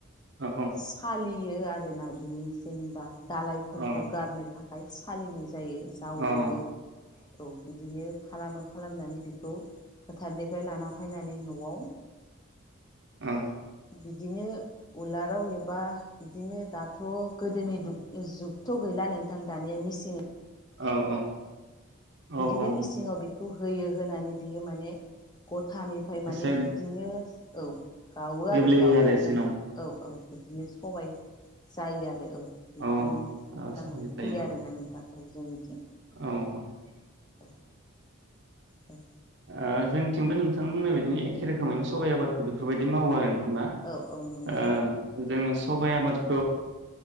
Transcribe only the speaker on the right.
औ
औ
औ
औ।
औ औ।
औ औ
एसे
गेब्लेहोयो
एसे
न'
ओ
सबाय
जायो
औ औ।
ओ जोंथिंबो नोंथां बुंनाय बायदिनो एखे रोखोमैनो सबाइ आबादखौ बेफोरबायदि मावो आरो नों नआ
ओ जोंनि सबाइ आबादखौ